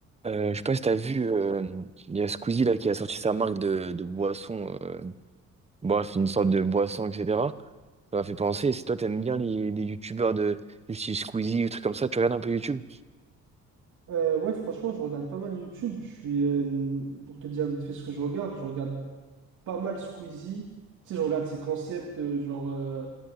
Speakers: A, on the right; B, on the right.
A: Euh, je sais pas si t'as vu, euh, il y a Squeezie là qui a sorti sa marque de, de boisson, euh, bref, une sorte de boisson, etc. Ça m'a fait penser, si toi t'aimes bien les, les youtubeurs de du style Squeezie, des trucs comme ça, tu regardes un peu YouTube?
B: Euh, ouais, franchement, je regarde pas mal YouTube. Je suis, euh, pour te dire vite fait ce que je regarde, je regarde pas mal Squeezie. Tu sais, je regarde ses concepts, euh, genre euh,